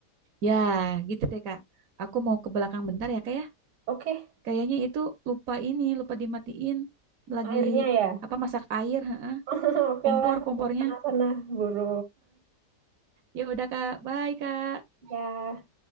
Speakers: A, on the right; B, on the right.
A: Ya, gitu deh, Kak. Aku mau ke belakang bentar ya, Kak ya.
B: Oke,
A: Kayaknya itu lupa ini, lupa dimatiin. Lagi
B: akhirnya ya.
A: apa masak air, heeh.
B: <laughs> Oke
A: Kompor,
B: lah,
A: kompornya.
B: sana-sana, buru.
A: Ya udah Kak, bye Kak.
B: Ya.